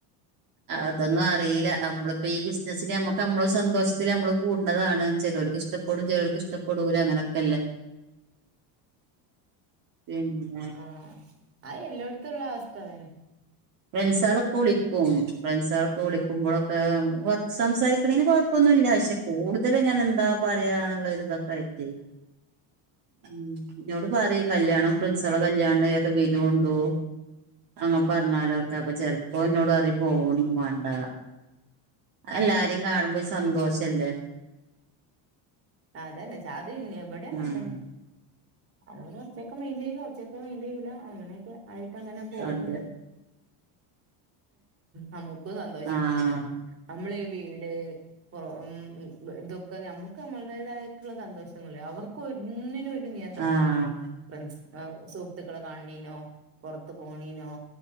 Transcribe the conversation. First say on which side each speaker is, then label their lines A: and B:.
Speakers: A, on the right (about 45°); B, on the right (about 30°).
A: അതൊന്നും അറിയിലാ അമ്മളിപ്പോ ഈ ബിസിനസ്സസിന് അമ്മക്ക് നമ്മളെ സന്തോഷത്തില് അമ്മള് കൂട്ണതാണ് ചേലോൽക്ക് ഇഷ് ഇഷ്ട്ടപ്പെടും ചേലോൽക്ക് ഇഷ്ട്ടപ്പെടൂല അങ്ങനെയൊക്കെല്ലേ പിന്നെ
B: ആഹ് അയ് എല്ലായിടത്തുംള്ള അവസ്ഥ അതന്നെ
A: ഫ്രണ്ട്സ ആളൊക്കെ വിളിക്കും ഫ്രണ്ട്സളൊക്കെ വിളിക്കുമ്പോഴൊക്കെ സംസാരിക്കണേന് കുഴ പ്പന്നുല്ല്യ പക്ഷെ കടുതല് ഇങ്ങനെ എന്താ പറയാനുള്ള ഇതൊക്കെ ആയിട്ട് ഉം ഇനോട് പറയും കല്യാണം ഫ്രണ്ട്സ്കള കല്യാണൊക്കെ വരുണ്ടോ അങ്ങെ പറഞ്ഞാലോ ഒക്കെ അപ്പൊ ചെലപ്പോ എന്നോട് പറയും പോവ ഒന്നും വേണ്ട എല്ലാരേം കാണുമ്പോ ഒരു സന്തോഷല്ലേ
B: ആ അതന്നെ ചാദ ഇന്ന്ബടയും
A: ആഹ്
B: അങ്ങനെ തന്നെ അഹ് കൊർച്ചൊക്കെ മെയ്ന്റെയ്യും കൊർച്ചൊക്കെ മെയിന്റെയ്യൂല അങ്ങനെയൊക്കെ ആയിട്ട്ങ്ങനെ പോവ്ണ്ട്.
A: അതെ
B: നമുക്കും സന്തോഷം
A: ആഹ്
B: വേണ്ടേ നമ്മളീവീട് പോ ഇമ്മ് ബ് ഇതൊക്കെ നമ്മക്ക് നമ്മളടേതായിട്ടുള്ള സന്തോഷങ്ങളില്ലേ അവർക്കൊന്നിനും ഒ നിയന്ത്രണം
A: ആഹ്
B: ഇല്ലല്ലോ? ഫ്രണ്ട്സ് അ സുഹൃത്തുക്കളെ കാണീനോ പുറത്ത്പോണീനോ